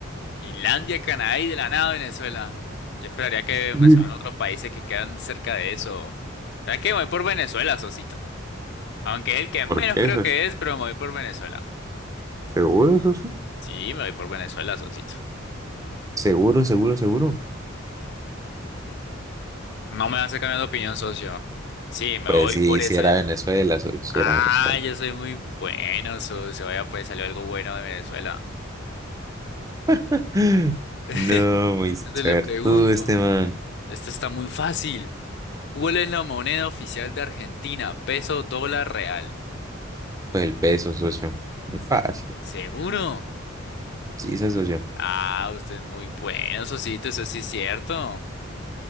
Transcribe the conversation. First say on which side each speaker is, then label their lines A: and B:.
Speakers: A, on the left (about 60°); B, on the right (about 15°).
A: Finlandia, Canadá y de la nada Venezuela. Yo esperaría que
B: Mm.
A: mencionaran otros países que quedan cerca de eso. ¿Sabes qué? Me voy por Venezuela, Sosito. Aunque es el que
B: ¿Por
A: menos
B: qué,
A: creo
B: socio?
A: que es, pero me voy por Venezuela.
B: ¿Seguro, socio?
A: Sí, me voy por Venezuela, Sosito.
B: ¿Seguro, seguro, seguro?
A: No me vas a cambiar de opinión, socio. Sí, me
B: Pues
A: voy
B: sí,
A: por
B: sí
A: esa.
B: era Venezuela, socio, sí
A: Ah,
B: era Venezuela.
A: yo soy muy bueno, socio. Vaya, pues salió algo bueno de Venezuela.
B: <laughs>
A: <laughs> Entonces
B: No, muy suertudo
A: le pregunto,
B: este man.
A: esto está muy fácil. ¿Cuál es la moneda oficial de Argentina? Peso, dólar, real.
B: Pues el peso, socio. Muy fácil.
A: ¿Seguro?
B: Sí, se asoció.
A: Ah, usted es muy bueno, Sosito, eso sí es cierto.